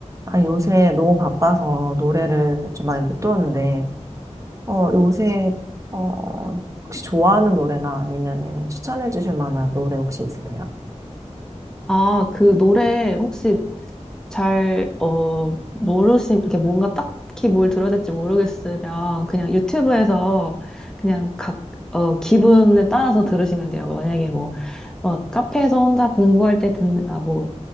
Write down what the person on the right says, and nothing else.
아, 요새 너무 바빠서 노래를 좀 많이 못 들었는데, 어, 요새, 어, 혹시 좋아하는 노래나 아니면 추천해 주실 만한 노래 혹시 있으세요?